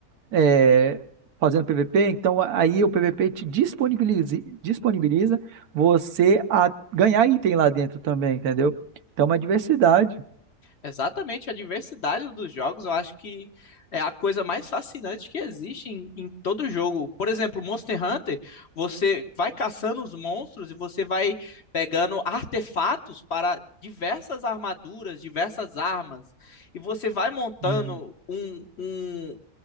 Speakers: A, on the right; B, on the left.
A: é, fazendo PVP, então aí o PVP te disponibiliza, disponibiliza você a ganhar item lá dentro também, entendeu? Então, é uma diversidade.
B: Exatamente, a diversidade dos jogos eu acho que é a coisa mais fascinante que existe em, em todo jogo. Por exemplo, Monster Hunter, você vai caçando os monstros e você vai pegando artefatos para diversas armaduras, diversas armas, e você vai montando
A: Uhum.
B: um, um,